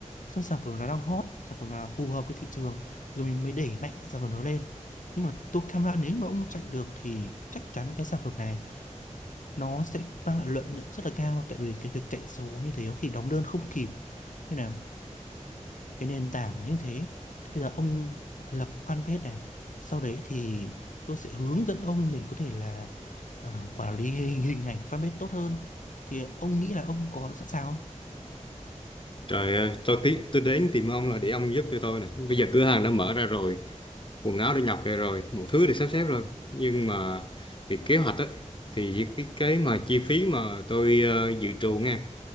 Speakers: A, on the left; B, on the left.
A: xem sản phẩm nó đang hot sản phẩm nào phù hợp với thị trường rồi mình mới đẩy mạnh sản phẩm đó lên nhưng mà tôi cam đoan nếu mà ông chạy được thì chắc chắn cái sản phẩm này nó sẽ mang lại lợi nhuận rất là cao tại vì cái việc chạy số như thế có khi đóng đơn không kịp nên là cái nền tảng như thế thì bây giờ ông lập fanpage này sau đấy thì tôi sẽ hướng dẫn ông để có thể là ờ, quản lý hình, hình ảnh fanpage tốt hơn thì ông nghĩ là ông có sẵn sàng không
B: trời ơi tôi tí tôi đến tìm ông là để ông giúp cho tôi này bây giờ cửa hàng đã mở ra rồi quần áo đã nhập về rồi một thứ để sắp xếp rồi nhưng mà việc kế hoạch ấy, thì cái cái mà chi phí mà tôi ờ, dự trù nghe